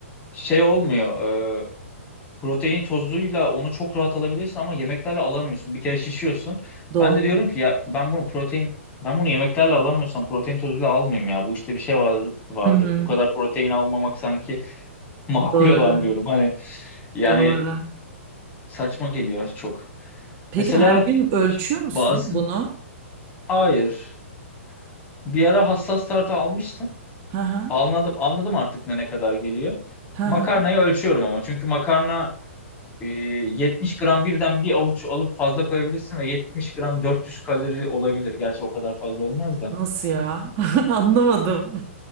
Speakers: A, on the left; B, on the right.
A: şey olmuyor. e, protein tozuyla onu çok rahat alabilirsin ama yemeklerle alamıyorsun. Bir kere şişiyorsun.
B: Doğru.
A: Ben de diyorum ki ya ben bunu protein ben bunu yemeklerle alamıyorsam protein tozuyla almayayım ya. Bu işte bir şey var, vardır.
B: Hı hı.
A: Bu kadar protein almamak sanki <laughs> makul
B: Doğru.
A: olan diyorum. Hani yani
B: Doğru.
A: saçma geliyor çok.
B: Peki
A: Mesela
B: her gün ölçüyor musun
A: bazı
B: bunu?
A: hayır. Bir ara hassas tartı almıştım.
B: Hı hı.
A: Anladım anladım artık ne ne kadar geliyor.
B: Hı
A: Makarnayı
B: hı.
A: ölçüyorum ama çünkü makarna e, 70 gram birden bir avuç alıp fazla koyabilirsin ve 70 gram 400 kalori olabilir. Gerçi o kadar fazla olmaz da.
B: Nasıl ya? <laughs> Anlamadım.